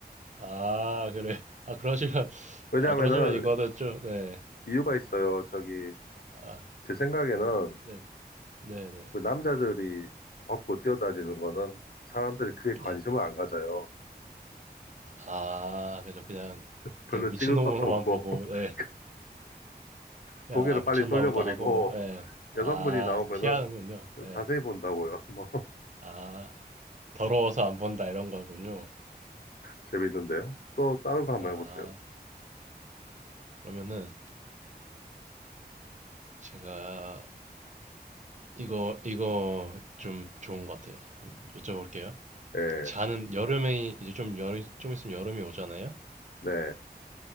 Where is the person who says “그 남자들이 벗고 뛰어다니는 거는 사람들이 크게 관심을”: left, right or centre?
Left